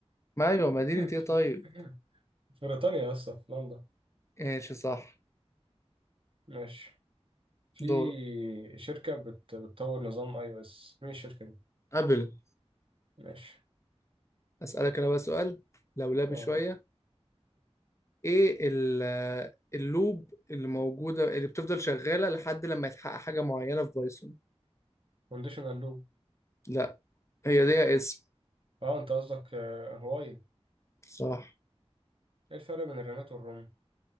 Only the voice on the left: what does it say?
ما أيوة مدينة
إيه طيب؟
ماشي صح
دور
قبل
أسألك أنا بقى سؤال لولبي
شوية إيه ال- اللوب اللي موجودة اللي بتفضل شغالة لحد لما يتحقق حاجة معينة في بايثون؟
لا هي دي اسم
صح